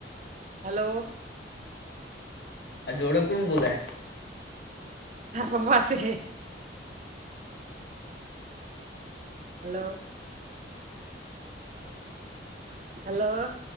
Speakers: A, on the right; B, on the left.
A: હલો
B: આ જોવડે કોણ બોલોય
A: આપ પાસે હલો
B: ઓ
A: હલો